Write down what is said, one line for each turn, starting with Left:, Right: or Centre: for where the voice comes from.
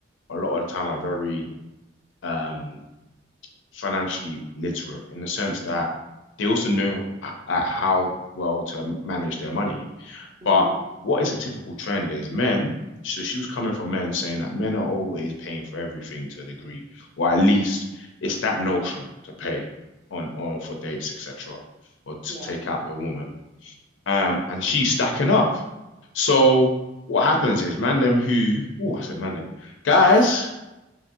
Left: a lot of the time, are very um, financially literate in the sense that they also know h- uh, how well to manage their money.
Right: hmm
Left: But what is a typical trend is men, so she was coming from men saying that men are always paying for everything to a degree, or at least it's that notion to pay on or for dates, etc., or to
Right: Yeah.
Left: take out the woman. Um, and she's stacking up. So what happens is man them who, oh, I said man them, guys,
Right: <laughs>